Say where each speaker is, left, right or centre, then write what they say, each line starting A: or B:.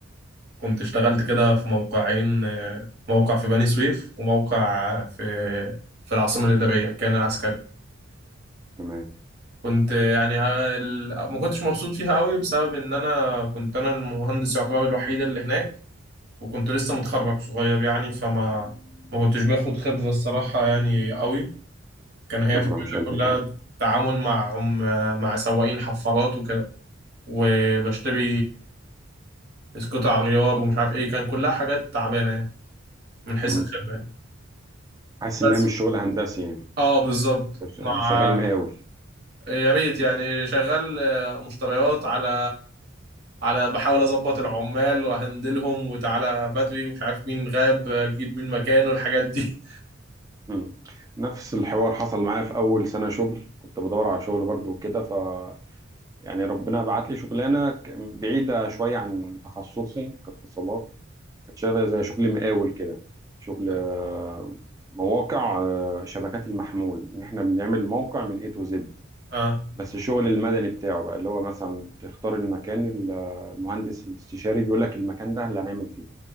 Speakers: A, on the right; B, on the right.
A: كنت اشتغلت كده في موقعين آه، موقع في بني سويف وموقع في في العاصمة الإدارية كان عسكري
B: تمام
A: كنت آه، يعني آه، ال- ما كنتش مبسوط فيها قوي بسبب ان انا كنت انا المهندس يعتبر الوحيد اللي هناك وكنت لسه متخرج صغير يعني فما ما كنتش باخد خبرة الصراحة يعني قوي كان هي
B: خبرة
A: فكرتها
B: مش قد
A: كلها
B: كده
A: تعامل مع عم مع سواقين حفارات وكده وبشتري قطع غيار ومش عارف ايه كان كلها حاجات تعبانة يعني من حيث
B: مم.
A: الخبرة يعني.
B: حاسس
A: بس
B: انها مش شغل هندسي يعني
A: اه بالظبط
B: ش-
A: مع
B: شغال مقاول
A: يا ريت يعني شغال آه، مشتريات على على بحاول اظبط العمال واهندلهم وتعالى بدري ومش عارف مين غاب اجيب مين مكانه الحاجات دي
B: مم. نفس الحوار حصل معايا في اول سنة شغل كنت بدور على شغل برضو وكده ف يعني ربنا بعت لي شغلانه ك- بعيده شويه عن تخصصي كاتصالات كانت شبه زي شغل مقاول كده شغل
A: <laughs>
B: آه، مواقع آه، شبكات المحمول ان احنا بنعمل الموقع من اي تو زد
A: اه
B: بس الشغل المدني بتاعه بقى اللي هو مثلا تختار المكان ال- آه، المهندس الاستشاري بيقول لك المكان ده اللي هنعمل فيه